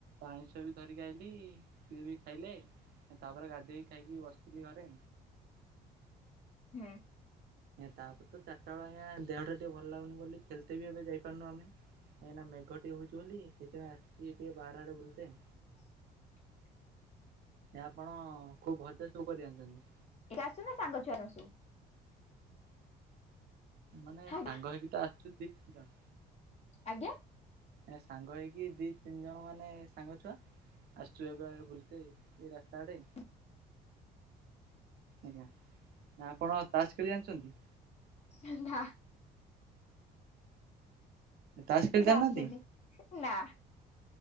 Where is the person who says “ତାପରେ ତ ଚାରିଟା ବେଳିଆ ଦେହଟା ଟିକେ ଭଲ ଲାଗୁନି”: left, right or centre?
Right